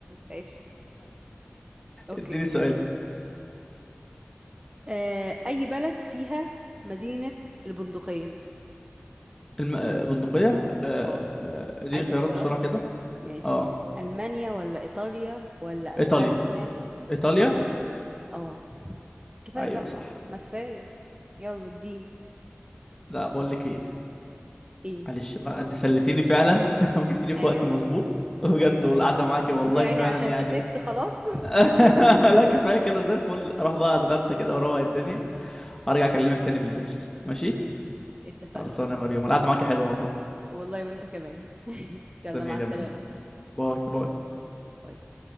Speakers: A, on the right (about 25°); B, on the left (about 15°).
A: ماشي اوكي
B: اديني سؤال
A: آه... اي بلد فيها مدينة البندقية
B: الم... آه، بندقية آه،
A: اه
B: آه، اديني
A: عايز
B: خيارات
A: اختيارات
B: بسرعة كده
A: ماشي
B: اه
A: ألمانيا ولا إيطاليا ولا أسبانيا
B: ايطاليا ايطاليا
A: اه كفاية
B: ايوه
A: بقى
B: صح
A: ما كفاية يلا اديني
B: لا بقول لك ايه
A: ايه
B: معلش بقى انت سلتني فعلا <laughs> وجبتني في
A: ايوه
B: وقت مظبوط بجد
A: ايوه
B: والقعده معاكي والله
A: انت يعني
B: فعلا
A: عشان
B: يعني
A: كسبت خلاص <laughs>
B: <laughs> لا كفايه كده زي الفل اروح بقى اتغدى كده واروق الدنيا وارجع اكلمك تاني بالليل ماشي
A: ماشي اتفقنا
B: خلصانه يا مريوم القعده معاكي حلوه والله
A: والله وانت كمان <laughs>
B: تسلمي
A: يلا مع
B: لي
A: السلامة
B: يا مريوم باي باي
A: باي